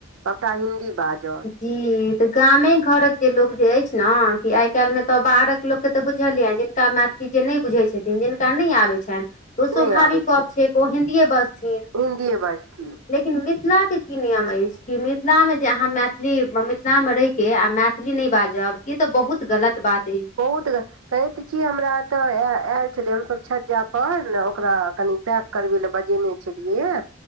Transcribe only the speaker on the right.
सबटा हिन्दी बाजअ
नहि आबै
हिन्दीए बाजथिन
बहुत कहे त छी हमरा तऽ आयल छले हमस छज्जा पर ने ओकरा कनि पैक करबै लए बजेने छलियै हे